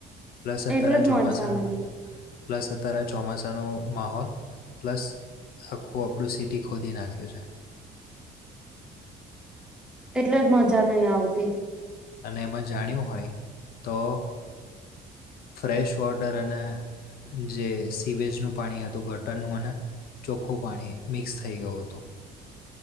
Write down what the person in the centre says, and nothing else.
એટલે જ
મજા નહી
એટલે જ મજા નહીં આવતી.